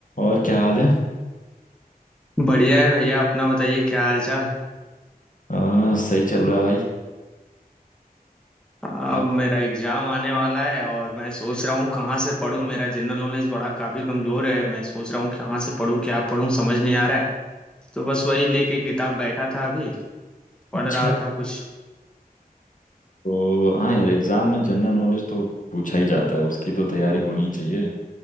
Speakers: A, on the left; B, in the centre.
A: और क्या हाल है
B: बढ़िया है भैया अपना बताइए क्या हाल चाल
A: आ, सही चल रहा है भाई
B: अब
A: क्या
B: मेरा एग्जाम आने वाला है और मैं सोच रहा हूँ कहाँ से पढूं मेरा जनरल नॉलेज बड़ा काफी कमजोर है मैं सोच रहा हूँ कहाँ से पढूं क्या पढूं समझ नहीं आ रहा है तो बस वही लेके किताब बैठा था अभी पढ़
A: अच्छा
B: रहा था कुछ
A: तो हाँ यार एग्जाम में जनरल नॉलेज तो पूछा ही जाता है उसकी तो तैयारी होनी ही चाहिए आ,